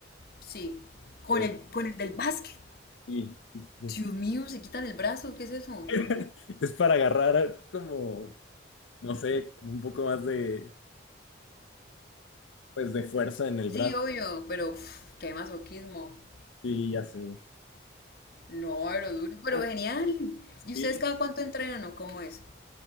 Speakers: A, on the left; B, on the left.
A: Sí, con
B: Eh,
A: el, con el del básquet.
B: sí, sí, sí. sí.
A: Dios mío, se quitan el brazo, ¿qué es eso?
B: <laughs> Es para agarrar como, no sé, un poco más de, pues, de fuerza en el
A: Sí,
B: brazo.
A: obvio, pero pf, qué masoquismo.
B: Sí, ya sé.
A: No, pero duro, pero
B: Oh,
A: genial. ¿Y
B: Sí,
A: ustedes cada cuánto entrenan o cómo es?